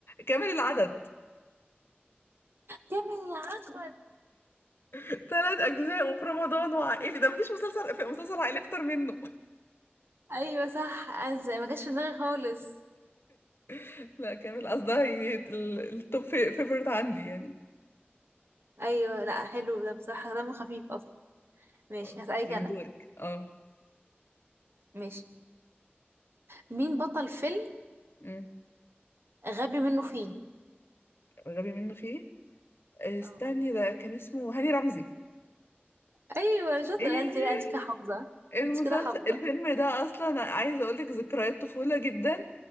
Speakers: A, on the left (about 70°); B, on the right (about 70°).
A: كامل العدد
B: كامل العجب
A: <laughs> ثلاث اجزاء وفي رمضان وعائلي ده مفيش مسلسل في مسلسل عائلي اكتر منه
B: ايوه صح انا زي- ما جاش في دماغي خالص
A: <laughs> لا كامل قصدها يعني ال- التوب في- فيفورت عندي يعني
B: ايوه لا حلو ده بصراحه دمه خفيف اصلا ماشي
A: اوكي
B: هسألك انا
A: دورك اه
B: ماشي مين بطل فيلم
A: أمم.
B: غبي منه فيه
A: غبي منه فيه آه، استني
B: اه
A: ده كان اسمه هاني رمزي
B: ايوه شاطر
A: ايه
B: انت لا انت كده حافظه
A: المسلسل
B: انت كده حافظه
A: الفيلم ده اصلا عايزه اقول لك ذكريات طفوله جدا